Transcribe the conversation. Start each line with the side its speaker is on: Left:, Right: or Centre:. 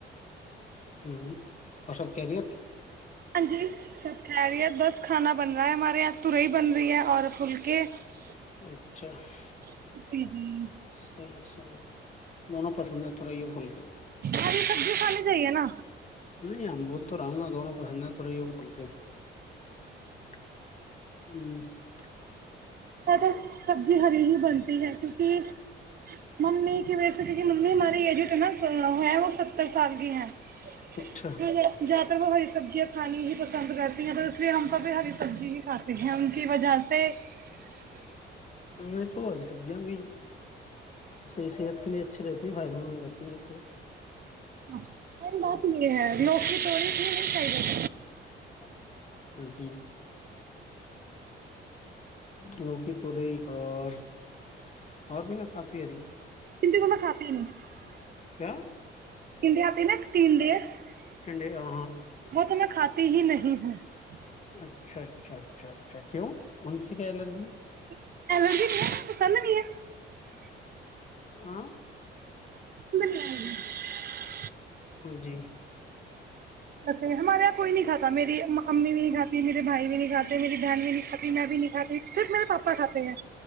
Left: <unintelligible>
Right: <unintelligible> <inaudible> <unintelligible> <unintelligible>
Left: <inaudible>
Right: جی جی
Left: <inaudible> <unintelligible>
Right: ہری سبزی کھانی چاہیے
Left: <unintelligible>
Right: نا
Left: <unintelligible> <unintelligible>
Right: <inaudible> <inaudible> <unintelligible> <unintelligible> <unintelligible> <unintelligible>
Left: اچھا
Right: <unintelligible> <unintelligible> <unintelligible>
Left: <unintelligible> <inaudible>
Right: <unintelligible>
Left: <inaudible> <unintelligible>
Right: <unintelligible>
Left: <unintelligible>
Right: <unintelligible>
Left: <unintelligible>
Right: <unintelligible>
Left: اچھا اچھا اچھا اچھا کیوں ان سے کیا الرجی ہے
Right: <unintelligible>
Left: ہاں
Right: <unintelligible>
Left: ہاں جی
Right: اے ہمارے یہاں کوئی نہیں کھاتا میری امی بھی نہیں کھاتی میرے بھائی بھی نہیں کاتے میری بہن بھی نہیں کھاتی میں بھی نہیں کھاتی صرف میرے پاپا کھاتے ہیں